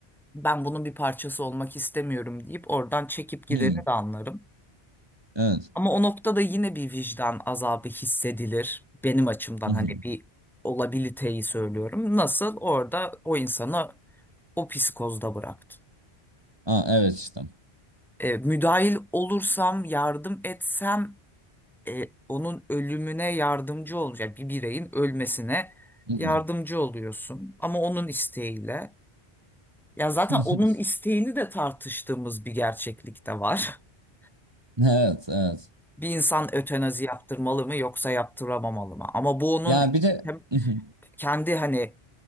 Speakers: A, in the centre; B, on the right.
A: Ben bunun bir parçası olmak istemiyorum deyip oradan çekip gideni
B: Hı,
A: de anlarım.
B: evet.
A: Ama o noktada yine bir vicdan azabı hissedilir. Benim açımdan
B: Hı hı.
A: hani bir olabiliteyi söylüyorum. Nasıl orada o insana O psikozda bıraktı.
B: Aa, evet işte.
A: E, müdahil olursam, yardım etsem e, onun ölümüne yardımcı olacak. yani Bir bireyin ölmesine
B: Hı hı.
A: yardımcı oluyorsun. Ama onun isteğiyle. Ya zaten
B: <laughs>
A: onun isteğini de tartıştığımız bir gerçeklik de var. <laughs>
B: Evet, evet.
A: Bir insan ötenazi yaptırmalı mı yoksa yaptıramamalı mı? Ama bu onun
B: Yani bir de
A: hem
B: <laughs>
A: kendi hani